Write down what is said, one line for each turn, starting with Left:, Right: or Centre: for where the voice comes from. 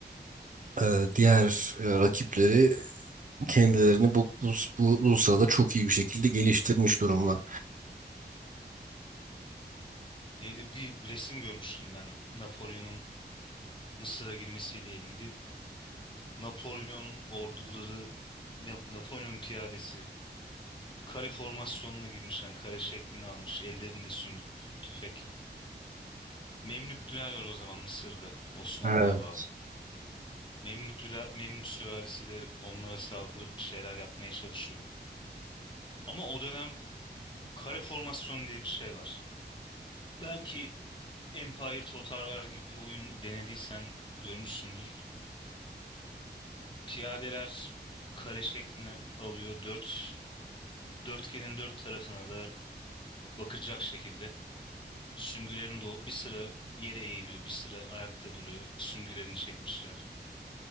Right: e, diğer e, rakipleri kendilerini bu, bu, bu, bu sırada çok iyi bir şekilde geliştirmiş durumda.
Left: Neydi? Bir resim görmüştüm ben Napolyon'un Mısır'a girmesiyle ilgili. Napolyon orduları, Na- Napolyon piyadesi kare formasyonuna girmiş hani kare şeklini almış. Ellerinde süngü, tüfek. Memlüktüler var o zaman Mısır'da, Osmanlı'ya
Right: Evet.
Left: bağlı. Memlüktüler, Memlük süvarisi de onlara saldırıp bir şeyler yapmaya çalışıyor. Ama o dönem kare formasyon diye bir şey var. Belki Empire Total War gibi bir oyun denediysen görmüşsündür. Piyadeler kare şeklini alıyor. Dört, dörtgenin dört tarafına da bakacak şekilde. Süngülerin de o- bir sıra yere eğiliyor, bir sıra ayakta duruyor. Süngülerini çekmişler.